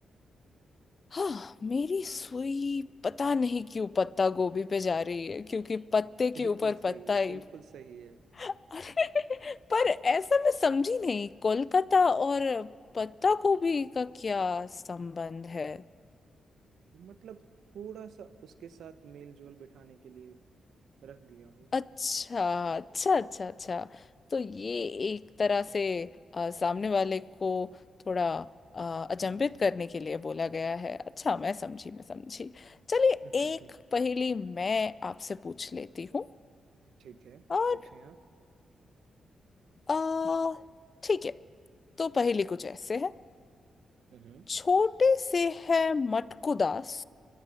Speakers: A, on the left (about 45°); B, on the right (about 75°).
A: हाँ मेरी सुई पता नहीं क्यों पत्ता गोभी पे जा रही है क्योंकि पत्ते के
B: बिल्कुल
A: ऊपर
B: सही
A: पत्ता
B: है
A: ही
B: बिल्कुल सही है
A: अरे <laughs> पर ऐसा मैं समझी नहीं कोलकाता और पत्ता गोभी का क्या संबंध है
B: मतलब थोड़ा सा उसके साथ मेल जोल बिठाने के लिए रख दिया हो
A: अच्छा अच्छा अच्छा अच्छा तो ये एक तरह से अ, सामने वाले को थोड़ा अ, अचंभित
B: हम्म हम्म
A: करने के लिए बोला गया है अच्छा मैं समझी मैं समझी चलिए
B: हम्म, हम्म,
A: एक
B: हम्म।
A: पहेली मैं आपसे पूछ लेती हूँ
B: <laughs> ठीक है
A: और
B: पूछें आप
A: आ ठीक है तो पहेली कुछ ऐसे है
B: हम्म
A: छोटे से है मटकू दास